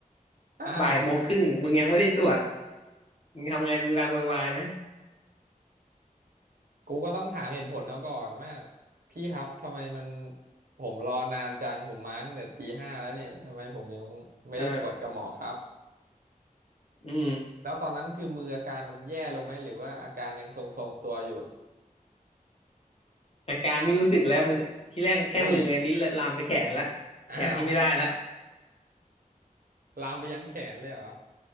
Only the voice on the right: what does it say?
อ้าว
กูก็ต้องถามเหตุผลเขาก่อนว่าพี่ครับทำไมมันผมรอนานจังผมมาตั้งแต่ตีห้าแล้วเนี่ยทำไมผมยังไม่ได้ตรวจกับหมอครับ
แล้วตอนนั้นคือมืออาการมันแย่ลงไหมหรือว่าอาการยังทรงๆตัวอยู่
โอ้ยอ้าวลามไปยันแขนเลยเหรอ